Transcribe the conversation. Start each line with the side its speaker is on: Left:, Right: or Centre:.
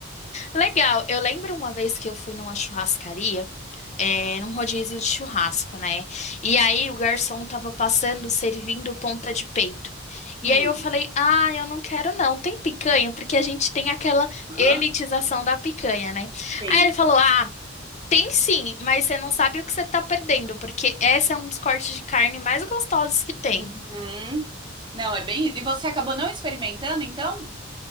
Left: Legal. Eu lembro uma vez que eu fui numa churrascaria. é, num rodízio de churrasco, né? E aí o garçom tava passando, servindo ponta de peito. E
Right: Hum.
Left: aí eu falei, ah, eu não quero não, tem picanha, porque a gente tem aquela
Right: Aham.
Left: elitização da picanha, né?
Right: Sim.
Left: Aí ele falou, ah, tem sim, mas você não sabe o que você tá perdendo, porque esse é um dos cortes de carne mais gostosos que tem.
Right: Uhum. Não, é bem isso. E você acabou não experimentando, então?